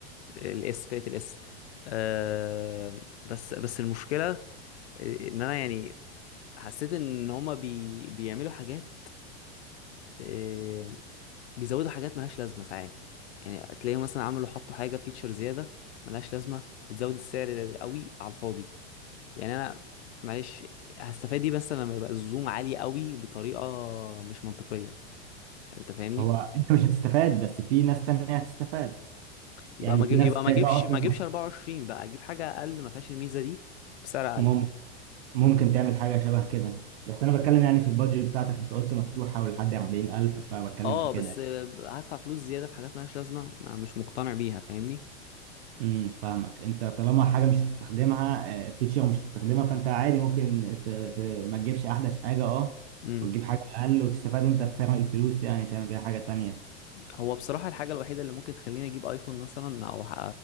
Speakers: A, on the left (about 80°); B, on the right (about 70°).
A: الاس فئة الاس آه بس بس المشكلة ان انا يعني حسيت ان هما بي بيعملوا حاجات آه بيزودوا حاجات ملهاش لازمة ساعات يعني تلاقيهم مثلا عملوا حطوا حاجة فيتشر زيادة ملهاش لازمة بتزود السعر قوي على الفاضي يعني انا معلش هستفاد ايه بس لما يبقى الزوم عالي قوي بطريقه مش منطقيه انت فاهمني
B: هو انت مش هتستفاد بس في ناس تانية هتستفاد
A: يبقى
B: يعني
A: ما
B: في
A: أجيب-
B: ناس
A: يبقى
B: جايبه
A: ما اجيبش
B: اصلا
A: ما اجيبش 24 بقى اجيب حاجه اقل ما فيهاش الميزه دي بسعر اقل
B: مم- ممكن تعمل حاجه شبه كده بس انا بتكلم يعني في البادجت بتاعتك انت قلت مفتوحه ولحد 40000 فبتكلم
A: اه
B: في كده
A: بس هدفع فلوس زياده في حاجات مالهاش لازمه ما مش مقتنع بيها فاهمني
B: امم فاهمك انت طالما حاجه مش هتستخدمها فيتشر مش هتستخدمها فانت عادي ممكن ت... ت... ما تجيبش احدث حاجه اه
A: امم
B: وتجيب حاجه اقل وتستفاد انت بفرق الفلوس يعني تعمل بيها حاجه تانية
A: هو بصراحه الحاجه الوحيده اللي ممكن تخليني اجيب ايفون مثلا او ح-